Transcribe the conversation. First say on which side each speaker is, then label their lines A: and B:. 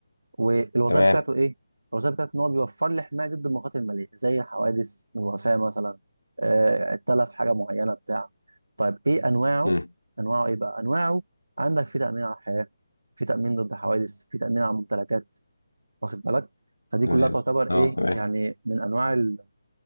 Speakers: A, on the right; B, on the left.
A: والوظائف
B: تمام
A: بتاعته إيه؟ الوظائف بتاعته إن هو بيوفر لي حماية ضد المخاطر المالية زي الحوادث والوفاة مثلا آه، التلف حاجة معينة بتاع طيب إيه أنواعه؟
B: مم.
A: أنواعه إيه بقى؟ أنواعه عندك في تأمين على الحياة في تأمين ضد حوادث في تأمين على الممتلكات واخد بالك فدي
B: تمام
A: كلها تعتبر
B: اه
A: ايه
B: تمام
A: يعني من انواع ال-